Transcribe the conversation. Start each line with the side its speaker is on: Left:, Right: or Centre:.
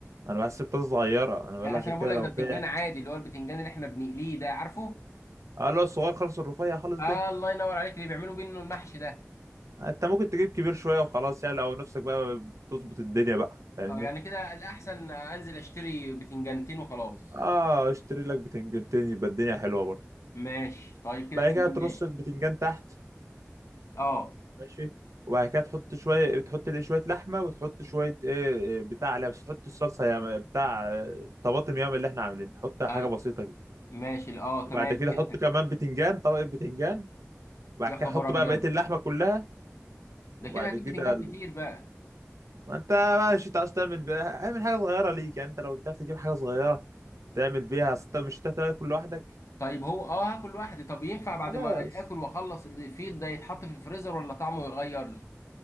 Right: انا بحسب طاسه صغيره انا بقول
Left: لا اصل
Right: عشان
Left: انا
Right: كده
Left: بقول لك
Right: لو
Left: ده بتنجان
Right: في
Left: عادي اللي هو البتنجان اللي احنا بنقليه ده عارفه
Right: اه اللي هو الصغير خالص الرفيع خالص
Left: آه
Right: ده
Left: الله ينور عليك اللي بيعملوا بيه انه المحشي ده
Right: انت ممكن تجيب كبير شويه وخلاص يعني لو نفسك بقى تظبط الدنيا بقى فاهمني
Left: اه يعني كده الاحسن انزل اشتري بتنجانتين وخلاص
Right: اه اشتري لك بتنجانتين يبقى الدنيا حلوه برضه
Left: ماشي طيب كده
Right: بعد
Left: تمام
Right: كده ترص
Left: ماشي
Right: البتنجان تحت
Left: اه
Right: ماشي وبعد كده تحط شويه تحط ليه شويه لحمه وتحط شويه ايه إيه بتاع لا بس تحط الصلصه يا بتاع آه، طماطم ياما اللي احنا عاملين حط حاجه
Left: اي
Right: بسيطه كده
Left: ماشي اه
Right: وبعد
Left: تمام
Right: كده
Left: كده
Right: حط
Left: حلو.
Right: كمان بتنجان طبقه بتنجان وبعد
Left: يا
Right: كده
Left: خبر
Right: حط
Left: ابيض
Right: بقى بقيه اللحمه كلها
Left: ده
Right: وبعد
Left: كده هجيب
Right: كده
Left: بتنجان
Right: ال-
Left: كتير بقى
Right: ما انت بقى مش هتعرف تعمل بقى- اعمل حاجه صغيره ليك يعني انت لو بتعرف تجيب حاجه صغيره تعمل بيها أصل انت مش هتاكل لوحدك
Left: طيب هو اه هاكل لوحدي طب ينفع بعد
Right: خلاص
Left: ما اكل واخلص اللي فيه ده يتحط في الفريزر ولا طعمه يغير